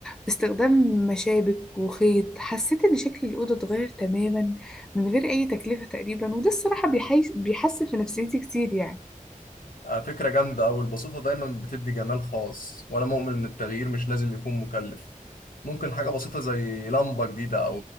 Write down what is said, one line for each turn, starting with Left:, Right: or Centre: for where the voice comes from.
Centre: باستخدام مشابك وخيط حسيت إن شكل الأوضة اتغير تماما من غير أي تكلفة تقريبا وده الصراحة بيحي- بيحسن في نفسيتي كتير يعني
Left: آه، فكره جامده او البساطه دايما بتدي جمال خاص وانا مؤمن ان التغيير مش لازم يكون مكلف ممكن حاجه بسيطه زي لمبه جديده او